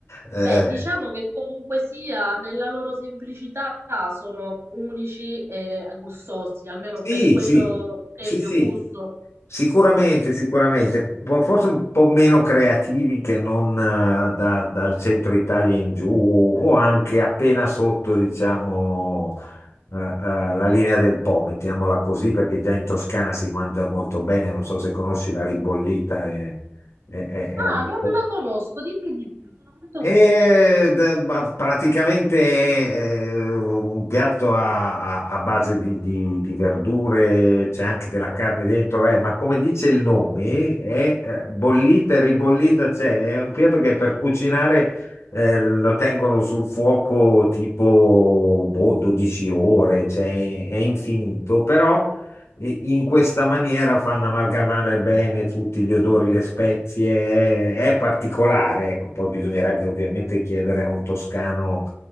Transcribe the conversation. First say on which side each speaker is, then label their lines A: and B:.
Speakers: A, on the left (about 75°); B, on the right (about 70°).
A: Eh,
B: Beh, diciamo che comunque sia, nella loro semplicità sono unici e gustosi, almeno
A: sì,
B: per quello
A: sì,
B: che
A: sì,
B: è il mio
A: sì.
B: gusto.
A: Sicuramente, sicuramente, Po- forse un po' meno creativi che non eh, da- dal centro Italia in giù o anche appena sotto, diciamo, eh, eh, la linea del Po, mettiamola così, perché già in Toscana si mangia molto bene, non so se conosci la ribollita, è, è- è- è
B: Ah,
A: un po'.
B: non la conosco, dimmi di più, sono molto
A: E
B: curiosa.
A: d- ma praticamente eh, un piatto a, a- a base di, di- di verdure, c'è anche della carne dentro, eh, ma come dice il nome, è eh, bollita e ribollita, c'è, è un piatto che per cucinare eh, lo tengono sul fuoco tipo boh, 12 ore, cioè, è infinito, però e in questa maniera fanno amalgamare bene tutti gli odori, le spezie, è particolare, ecco, poi bisognerebbe ovviamente chiedere a un toscano